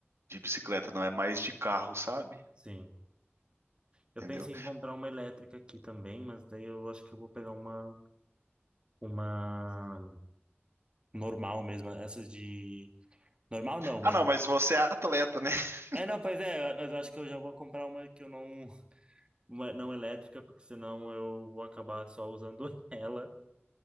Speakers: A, on the right (about 80°); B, on the right (about 25°).
A: de bicicleta, não. É mais de carro, sabe?
B: Sim. Eu
A: Entendeu?
B: pensei em comprar uma elétrica aqui também, mas daí eu acho que eu vou pegar uma, uma Normal mesmo, essas de. Normal não, mas.
A: Ah, não, mas você é atleta, né? <laughs>
B: É, não, pois é, mas eu acho que eu já vou comprar uma que eu não. <laughs> uma não elétrica, porque senão eu vou acabar só usando <laughs> ela,